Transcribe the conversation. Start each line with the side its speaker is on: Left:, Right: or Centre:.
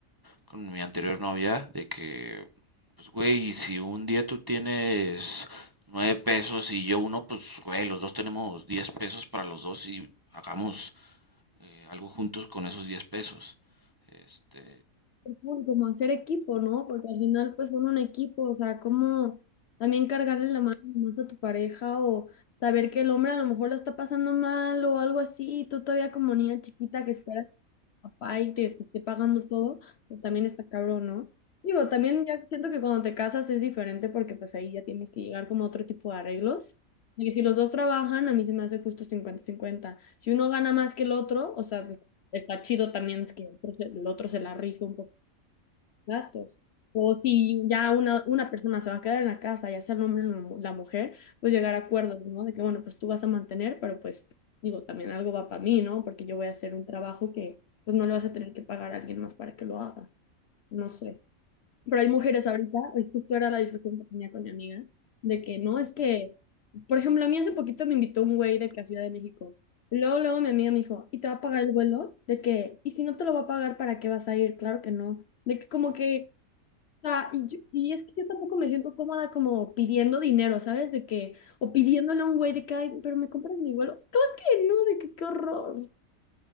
Right: con mi anterior novia de que, pues, güey, si un día tú tienes nueve pesos y yo uno, pues, güey, los dos tenemos diez pesos para los dos y hagamos eh, algo juntos con esos diez pesos. Este,
Left: cool como hacer equipo, ¿no? Porque al final, pues son un equipo, o sea, como también cargarle la mano más a tu pareja o saber que el hombre a lo mejor la está pasando mal o algo así, y tú todavía como niña chiquita que esperas a tu papá y te, te esté pagando todo, pues también está cabrón, ¿no? Digo, también ya siento que cuando te casas es diferente porque pues ahí ya tienes que llegar como a otro tipo de arreglos. Y si los dos trabajan, a mí se me hace justo cincuenta-cincuenta. Si uno gana más que el otro, o sea, pues, está chido también es que el otro se el otro se la rife un poco gastos. O si ya una, una persona se va a quedar en la casa, ya sea el hombre o la mu- la mujer, pues llegar a acuerdos, ¿no? De que, bueno, pues tú vas a mantener, pero pues digo, también algo va para mí, ¿no? Porque yo voy a hacer un trabajo que pues no le vas a tener que pagar a alguien más para que lo haga. No sé. Pero hay mujeres ahorita, hoy justo era la discusión que tenía con mi amiga, de que no, es que, por ejemplo, a mí hace poquito me invitó un güey de que a Ciudad de México. Y Luego, luego mi amiga me dijo, ¿y te va a pagar el vuelo? De que, ¿y si no te lo va a pagar, para qué vas a ir? Claro que no. De que como que o sea, y, yo- y es que yo tampoco me siento cómoda como pidiendo dinero, ¿sabes? De que, o pidiéndole a un güey de que, ay, pero me compras mi vuelo. Claro que no, de que qué horror.